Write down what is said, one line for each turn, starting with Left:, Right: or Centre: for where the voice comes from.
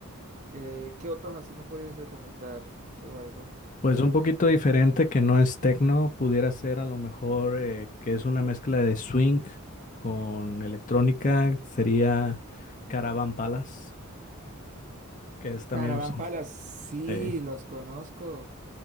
Right: Eh, ¿qué otros así me puedes recomendar, Eduardo?
Left: pues un poquito diferente que no es techno, pudiera ser a lo mejor eh, que es una mezcla de swing con electrónica, sería Caravan Palace, que es también
Right: Caravan
Left: son
Right: sí,
Left: eh,
Right: los conozco.